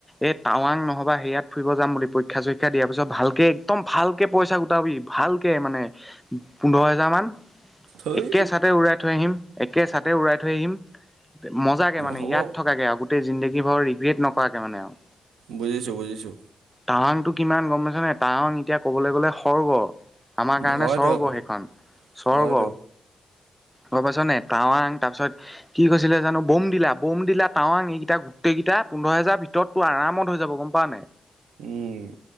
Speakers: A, in the centre; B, on the right.
A: এ টাৱাং নহবা সেৰিয়াত ফুৰিব যাম বুলি পৰীক্ষা চৰীক্ষা দিয়াৰ পিছত ভালকে একদম ভালকে পইচা াবি ভালকে মানে পোন্ধৰ হেজাৰ মান
B: থৈ
A: একে চাতে উৰাই থৈ আহিম একে ছাতে উৰাই থৈ আহিম মজাকে মানে
B: হ'ব।
A: ইয়াত থকাকেগ জিন্দগী ভৰ ৰিগ্ৰেট নকৰাকে মানে আৰু
B: বুজিছো বুজিছো
A: াৱাংতটো কিমান গম পাইছ নে াৱং এতিয়া ক'বলৈ গ'লে সৰ্গ আমাৰ
B: উম,
A: কাৰণে
B: হয়তো
A: স্বৰ্গ
B: আকৌ
A: সেইখন স্বৰ্গ
B: হয়তো।
A: গ পাইছ নে টাৱাং তাৰপিছত কি কৈছিলে জানো বম দিলা বম দিলা াৱং এইকেইটা গোটেই কেইটা পোন্ধৰ হজাৰ ভিতৰতটোোৰাম হৈ যাব গম পোৱা নাই হয়
B: উম